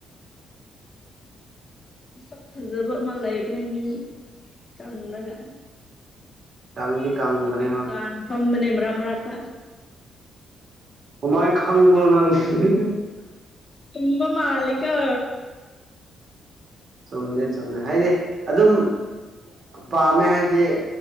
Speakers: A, on the left; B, on the right.
A: ꯃꯁꯛ ꯐꯖꯕ ꯑꯃ ꯂꯩꯕꯅꯦ ꯃꯤ ꯀꯪꯂꯪꯨꯔꯒ
B: ꯀꯪꯗꯤ
A: ꯗꯨꯀ
B: ꯀꯪꯕꯅꯦ
A: ꯗꯨꯀꯥꯟ
B: ꯍꯣꯏ
A: ꯐꯝꯕꯅꯦ ꯃꯔꯥꯛ ꯃꯔꯛꯇ
B: ꯀꯃꯥꯏ ꯈꯥꯡꯒꯅꯁꯤꯗꯅꯦ
A: ꯇꯨꯝꯕ ꯃꯥꯂꯤꯒ
B: ꯆꯨꯝꯅꯦ ꯆꯨꯝꯅ ꯍꯥꯏꯗꯤ ꯑꯗꯨꯝ ꯄꯥꯝꯃꯦ ꯍꯥꯏꯗꯤ